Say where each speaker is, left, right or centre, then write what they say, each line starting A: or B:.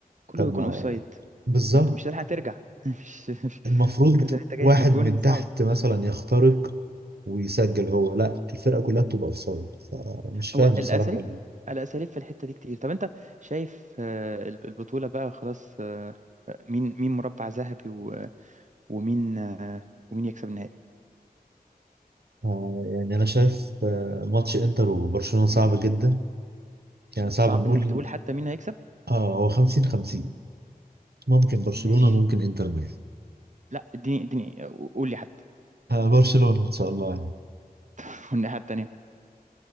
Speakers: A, on the right; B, on the right.
A: كله
B: طب
A: بيكون
B: ما
A: أوفسايد
B: بالظبط
A: ما أنت مش هتلحق ترجع <laughs> مش مش-
B: المفروض
A: فكرة إن أنت جاي
B: واحد
A: من الجون
B: من
A: صعبة
B: تحت مثلا يخترق ويسجل هو لا الفرقه كلها بتبقى اوفسايد فمش فاهم
A: هو
B: بصراحه
A: الاساليب الاساليب في الحته دي كتير طب انت شايف آه، الب- البطوله بقى خلاص آه، آه، مين مين مربع ذهبي و- ومين آه، ومين يكسب النهائي
B: آه، يعني أنا شايف آه، ماتش إنتر وبرشلونة صعب جدا يعني صعب
A: صعب
B: نقول
A: انك تقول حتى مين هيكسب
B: آه هو 50 50 ممكن برشلونة
A: ماشي
B: ممكن إنتر ميلان
A: لا اديني اديني آه، قول لي حتى
B: آه برشلونة إن شاء الله يعني
A: <laughs> والناحيه التانيه